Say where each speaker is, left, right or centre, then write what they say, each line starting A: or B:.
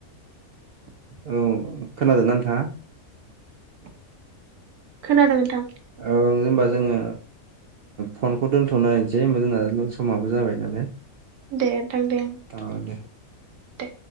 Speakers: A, on the right; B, on the right.
A: औ खोनादोंना नोंथा?
B: खोनादों नोंथां
A: ओ जेनबा जोङो फनखौ दोन्थ'लायनोसै होनबा जोंना समाबो जाबाय नालाय।
B: दे नोंथां दे
A: औ दो
B: दे